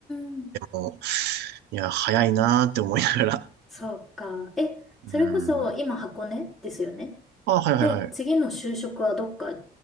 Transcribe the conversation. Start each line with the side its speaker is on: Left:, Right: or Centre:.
Centre: ん。
Right: もう、いや、早いなーって思いながら。
Centre: そうか。え、それこそ今箱根ですよね。
Right: うーん。あ、はいはいはい。
Centre: で、次の就職はどっか、